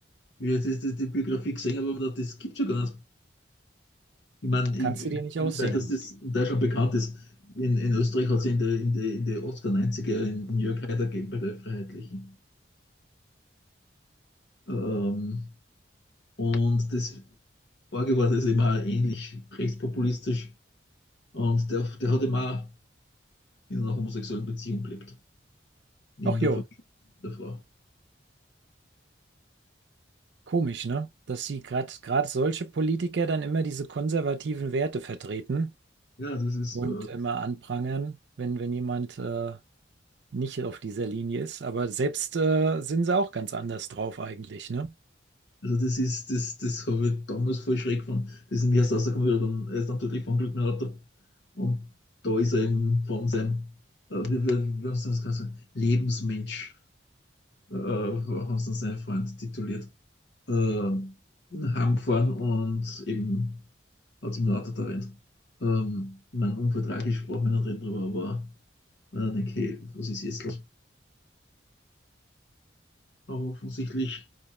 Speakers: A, on the left; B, on the right.
A: wie jetzt ist das die Biografie gesehen habe, aber das gibt es ja gar nicht. Ich meine, ich,
B: Kannst du dir nicht
A: wie
B: ausdenken.
A: das, das in Deutschland bekannt ist. In, in Österreich hat es in den in die, in die 80er, in, in Jörg Haider gegeben bei der Freiheitlichen. Ähm, und das Orge war das immer ähnlich rechtspopulistisch. Und der, der hat immer in einer homosexuellen Beziehung gelebt, neben
B: Ach
A: der
B: jo,
A: Familie der Frau.
B: komisch, ne? Dass sie gerade gerade solche Politiker dann immer diese konservativen Werte vertreten
A: Ja, das ist.
B: und
A: Äh,
B: immer anprangern, wenn, wenn jemand äh, nicht auf dieser Linie ist. Aber selbst äh, sind sie auch ganz anders drauf eigentlich, ne?
A: Also das ist, das, das habe ich damals voll schräg gefunden. Das ist nämlich erst rausgekommen, wie er dann, er ist natürlich von Glück mit dem Auto. Und da ist er eben von seinem, äh, wie, wie, wie haben sie das Ganze sagen, Lebensmensch, äh, haben sie dann seinen Freund tituliert, äh, heimgefahren und eben hat ihm ein Auto erwähnt. Ähm, mein Unfall tragisch, brauchen wir nicht reden drüber, aber wenn ich denke, hey, was ist jetzt los? Aber offensichtlich